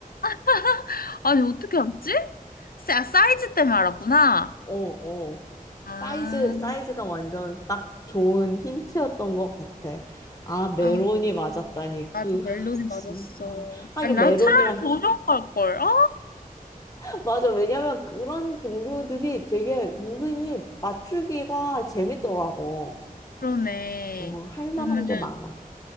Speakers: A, on the left; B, on the left.
A: <laughs> 아니, 어떻게 알았지? 사- 사이즈 때문에 알았구나.
B: 어, 어.
A: 아.
B: 사이즈, 사이즈가 완전 딱 좋은 힌트였던 것 같아. 아, 메론이
A: 아,
B: 맞았다니. 그,
A: 맞아.
B: 하,
A: 멜로디 맞았어.
B: 진, 아, 하긴
A: 아니, 나
B: 메론이랑,
A: 차라리 더 좋은 걸걸. 아,
B: <laughs> 맞아. 왜냐면 그런 종류들이 되게 은근히 맞추기가 재밌더라고.
A: 그러네.
B: 어, 할
A: 그러면은,
B: 만한 게 많아.